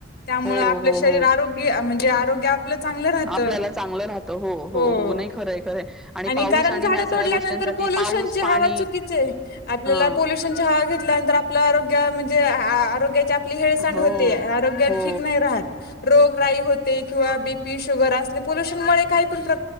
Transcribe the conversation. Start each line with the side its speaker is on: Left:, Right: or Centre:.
Left: त्यामुळं
Centre: हो
Left: आप पलं
Centre: हो
Left: शरीर
Centre: हो
Left: आरोग्य, म्हणजे आरोग्य आपलं चांगलं राहत.
Centre: आपल्याला चांगलं राहतं
Left: हो.
Centre: नाही खरंय खरंय
Left: आणि
Centre: पाऊस
Left: कारण झाडं
Centre: ह्या सगळ्या
Left: तोडल्यानंतर
Centre: गोष्टींसाठी
Left: पोल्युशनची
Centre: पाऊस पाणी
Left: हवा चुकीची आहे. आपल्याला
Centre: हां
Left: पोल्युशन ची हवा घेतल्यानंतर आपल्या आरोग्या, म्हणजे आरोग्याच्या आपली हेळसांड
Centre: हो
Left: होते. आरोग्या
Centre: हो
Left: ठीक नाही राहात. रोग राई होते. किंवा बीपी शुगर असले पोल्युशनमुळे काही पण प्र